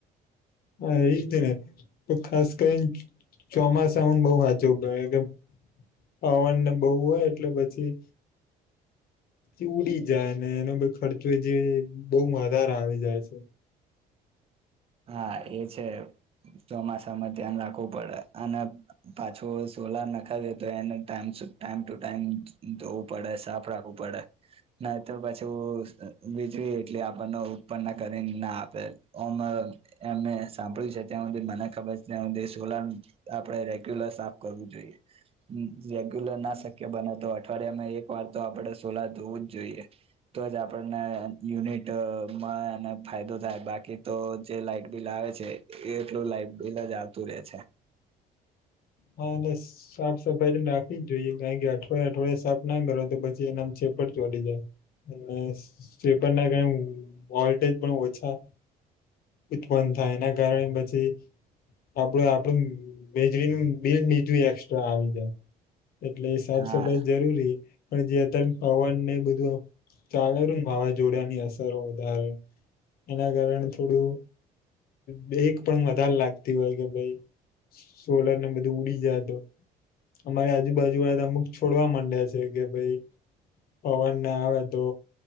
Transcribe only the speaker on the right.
હા એ છે. ચોમાસામાં ધ્યાન રાખવું પડે. અને પાછું સોલાર નાખાવિયે તો એને ટ ટાઈમ ટુ ટાઈમ ધોવું પડે, સાફ રાખવું પડે. ન તો પાછું અ વીજવી એટલી આપણને ઉત્પન્ન કરીને ના આપે. ઓમ એમે સાંભળ્યું છે ત્યાં સુધી, મને ખબર છે ત્યાં સુધી, સોલાર આપણે રેગ્યુલર સાફ કરવું જોઈએ. હુ રેગ્યુલર ના શક્ય બને તો અઠવાડિયામાં એક વાર તો આપણે સોલાર ધોવું જ જોઈએ. તો જ આપણને યુનિટમાંને ફાયદો થાય. બાકી તો જે લાઈટ બિલ આવે છે. એ એટલું લાાઈટ બિલ જ આવતું રે છે.
હા